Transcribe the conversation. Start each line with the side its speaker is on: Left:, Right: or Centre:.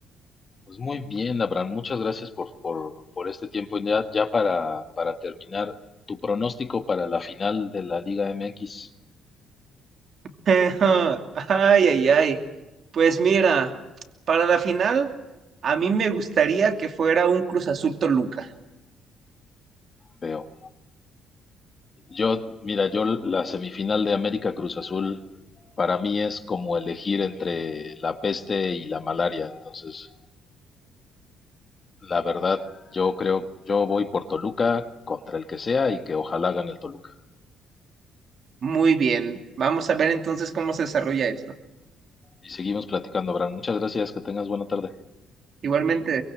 Left: Pues muy bien, Abraham, muchas gracias por, por, por este tiempo. Y Ya, ya para, para terminar, tu pronóstico para la final de la Liga MX,
Right: <laughs> Ay, ay, ay. Pues mira, Para la final, a mí me gustaría que fuera un Cruz Azul Toluca.
Left: veo. Yo, mira, yo la semifinal de América Cruz Azul para mí es como elegir entre la peste y la malaria. Entonces, la verdad, yo creo, yo voy por Toluca contra el que sea y que ojalá gane el Toluca.
Right: Muy bien. Vamos a ver entonces cómo se desarrolla esto.
Left: Y seguimos platicando, Abraham. Muchas gracias, que tengas buena tarde.
Right: Igualmente.